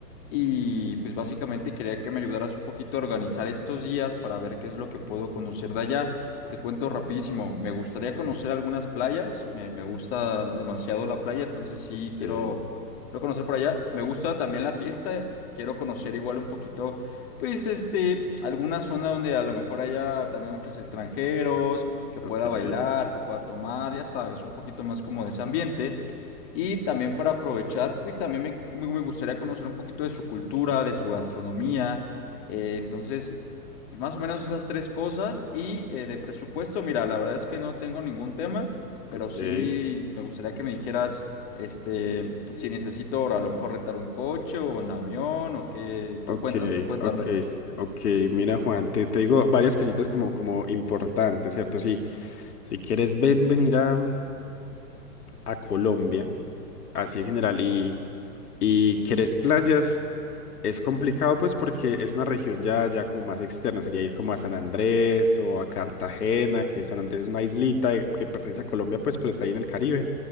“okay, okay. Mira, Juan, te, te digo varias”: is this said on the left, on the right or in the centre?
Left